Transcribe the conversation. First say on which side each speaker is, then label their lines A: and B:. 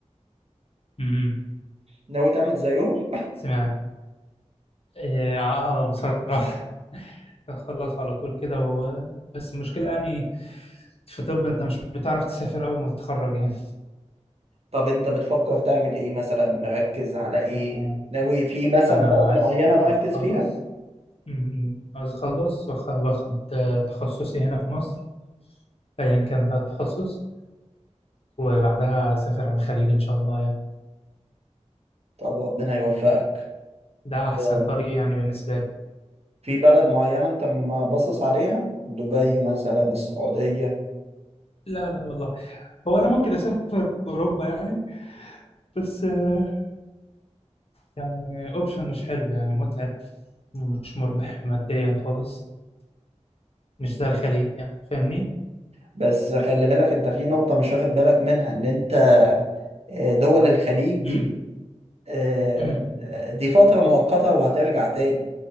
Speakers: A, on the left; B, on the right.
A: امم
B: ناوي تعمل زيهم
A: سمعت إيه آه آه، بصراحة <laughs> أخلص على طول كده و... بس المشكلة يعني في طب أنت مش بتعرف تسافر أول ما تتخرج يعني
B: طب انت بتفكر تعمل ايه مثلا مركز على ايه
A: آه،
B: ناوي في مثلا
A: أنا
B: بلد
A: عايز
B: معينة مركز
A: أخلص
B: فيها
A: م- م. عاوز أخلص وأخ- وآخد آه، تخصصي هنا في مصر أيا كان بقى التخصص وبعدها أسافر على الخليج إن شاء الله يعني
B: طب ربنا يوفقك
A: ده أحسن
B: اه،
A: طريق يعني بالنسبة لي
B: في بلد معينة انت ما باصص عليها دبي مثلا السعودية
A: لا لا والله هو أنا ممكن أسافر أوروبا يعني بس آه، يعني أوبشن مش حلو يعني متعب ومش مربح ماديا خالص مش زي الخليج يعني فاهمني؟
B: بس خلي بالك انت في نقطة مش واخد بالك منها ان انت اه، دول الخليج دي
A: امم
B: اه،
A: امم
B: دي فترة مؤقتة وهترجع تاني